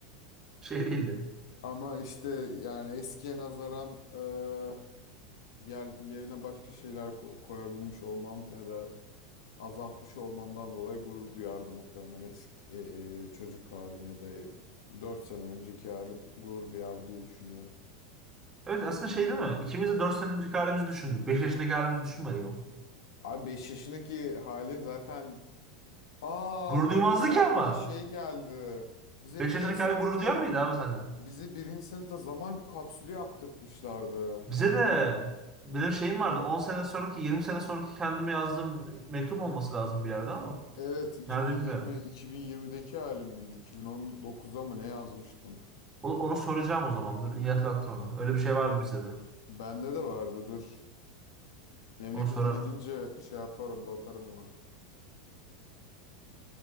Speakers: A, on the right; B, on the left.
A: <laughs> Şey değil ya.
B: ama işte yani eskiye nazaran e, yer- yerine başka şeyler ko- koyabilmiş olmam ya da azaltmış olmamdan dolayı gurur duyardı muhtemelen eski e, e, çocuk halim ya da 4 sene önceki halim gurur duyardı diye düşünüyorum.
A: Evet aslında şey değil mi? İkimiz de 4 sene önceki halimizi düşündük. 5 yaşındaki halimizi düşünmedik ama.
B: Abi 5 yaşındaki halin zaten aa
A: Gurur
B: bak
A: duymazdı
B: benim
A: ki
B: aklıma
A: ama.
B: şey geldi. Bize
A: 5
B: birinci
A: yaşındaki
B: sınıfta
A: halin gurur duyar mıydı abi sende?
B: bizi birinci sınıfta zaman kapsülü yaptırtmışlardı.
A: Bize de benim şeyim vardı. 10 sene sonraki, 20 sene sonraki kendime yazdığım mektup olması lazım bir yerde ama.
B: Evet 2020
A: Nerede bilmiyorum.
B: 2020'deki halim miydi? 2019'da mı ne yazmıştım?
A: O- Onu soracağım o zaman. Dur iyi hatırlattın onu. Öyle bir şey vardı bize de.
B: Bende de vardı dur. Memlekete
A: Onu sorarım.
B: gidince şey yaparım bakarım ona.